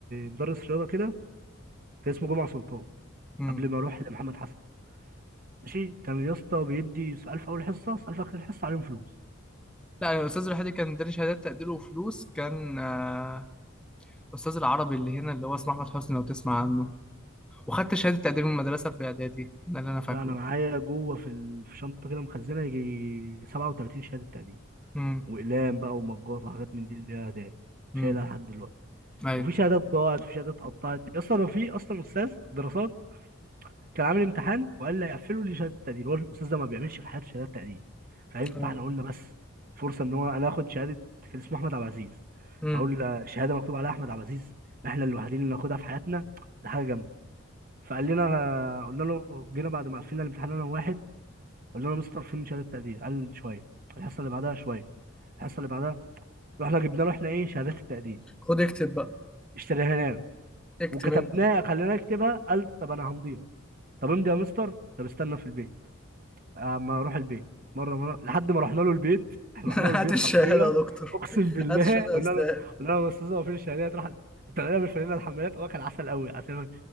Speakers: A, on the right; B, in the centre.
A: مدرس رياضه كده كان اسمه جمعه سلطان
B: أمم.
A: قبل ما اروح لمحمد حسن ماشي كان يا اسطى بيدي سؤال في اول حصه سؤال في اخر الحصه عليهم فلوس
B: لا يعني الاستاذ الوحيد اللي كان اداني شهادات تقدير وفلوس كان آه، الاستاذ العربي اللي هنا اللي هو اسمه احمد حسني لو تسمع عنه وخدت شهاده تقدير من المدرسه في اعدادي ده اللي انا فاكره
A: لا انا معايا جوه في ال- في شنطه كده مخزنه يجي 37 شهاده تقديم
B: امم
A: واقلام بقى ومجات وحاجات من دي اللي هي هدايا شايلها
B: امم
A: لحد دلوقتي
B: ايوه
A: وفي شهادات ضاعت وفي شهادات اتقطعت اصلا في اصلا استاذ دراسات كان عامل امتحان وقال لي هيقفلوا لي شهاده تقدير هو الاستاذ ده ما بيعملش في حياته شهادات تقدير فاهم
B: اه
A: فاحنا قلنا بس فرصه ان هو انا اخد شهاده كان اسمه احمد عبد العزيز
B: امم
A: فاقول له شهاده مكتوب عليها احمد عبد العزيز احنا الوحيدين اللي ناخدها في حياتنا ده حاجه جامده فقال لنا قلنا له جينا بعد ما قفلنا الامتحان انا وواحد قلنا له مستر فيلم شهاده تقدير قال شويه الحصه اللي بعدها شويه الحصه اللي بعدها رحنا جبنا له احنا ايه شهادات التقدير
B: خد اكتب بقى
A: اشتريها له
B: اكتب
A: وكتبناها
B: انت
A: خليناه يكتبها قال طب انا همضيها طب امضي يا مستر طب استنى في البيت اما اروح البيت مره مره لحد ما رحنا له البيت احنا
B: <laughs>
A: رحنا له البيت
B: هات الشهادة
A: حرفيا
B: يا دكتور
A: اقسم بالله
B: هات الشهادة
A: قلنا
B: يا استاذ
A: له قلنا له يا استاذ هو فين الشهادات راح طلعنا بالفانله الحمالات هو كان عسل قوي عسل